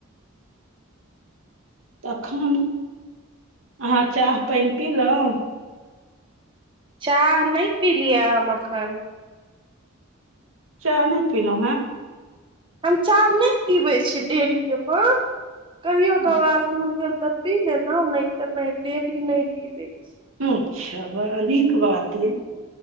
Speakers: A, on the right; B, on the right.
A: तखन अहाँ चाह पाइन पिलहुँ?
B: चाह नहि पील यऽ अखन।
A: चाह नहि पिलउ।
B: हम चाह नहि पीबै छियै डेली अपन। कहियो
A: हेँ
B: कभार मन भेल तऽ पी लेलहुँ, नहि तऽ नहि, डेली नहि पीबै छी।
A: अच्छा बड़ा नीक बात ये